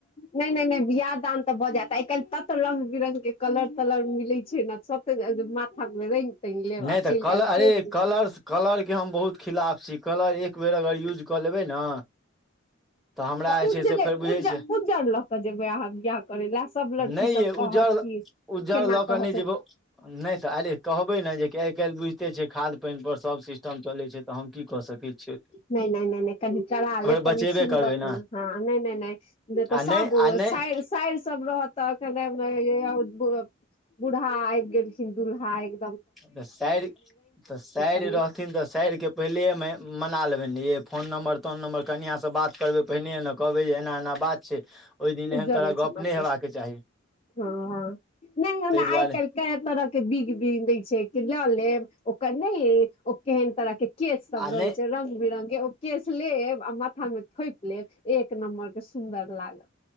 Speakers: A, on the left; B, in the centre.
A: नहि नहि नहि बियाह दान तऽ भऽ जायत आइ काल्हि तत त रंग बिरंग के कलर तलर मिले छै न सबके अ माथा मे रंग तंग लेब आ
B: नहि तऽ
A: चलि
B: कलर
A: जायत
B: अरे
A: के बुझत
B: कलर कलर के हम बहुत खिलाफ छी कलर एक बेर अगर युज कऽ लेबै ने हमरा
A: तऽ
B: जे
A: उज्जरे
B: छै से फेर बुझै
A: उज्
B: छियै
A: उज्जर लऽ कऽ जेबै अहाँ बियाह करे लए सभ लड़की
B: नहि
A: सब
B: यै
A: कहत
B: उज्जर
A: कि
B: उज्जर
A: केना
B: लऽ के
A: कहत
B: नहि जेबौ नहि तऽ आहिरे कहबै न जे कि आइ काल्हि बुझिते छै खाद पानि पर सब सिस्टम चलै छै तऽ हम की कऽ सकैत छी
A: नहि नहि नहि नहि कनि कड़ा लेब कनि
B: बचेबे
A: सुन्दर
B: करबै ने
A: तऽ हँ नहि नहि नहि नहि तऽ
B: आ
A: सब
B: आ नहि
A: साइर साइर सब रहत तखने मे यै आओर बूढ़ा आबि गेलखिन दुल्हा एक
B: तऽ साइर तऽ साइर
A: कनि
B: रहथिन तऽ साइर के पहिले मे मना लेबै नहि ये फोन नम्बर तोन नम्बर कनियांसँ बात करबै पहिनेहे ना कहबै जे एना एना बात छै ओहि दिन एहन
A: उज्जर
B: तरहक
A: अछि
B: गप्प
A: हमर
B: नहि हेबाके
A: केश
B: चाही
A: हँ हँ नहि ओना
B: ताहि दुआरे
A: आइ काल्हि कए तरह के बिग बीग दै छै लऽ लेब ओकर नहि ओ केहन तरह के केश सब
B: आ
A: रहै
B: नहि
A: छै रंग बिरंग के ओ केस लेब आ माथा मे थोपि लेब एक नम्बर के सुन्दर लागत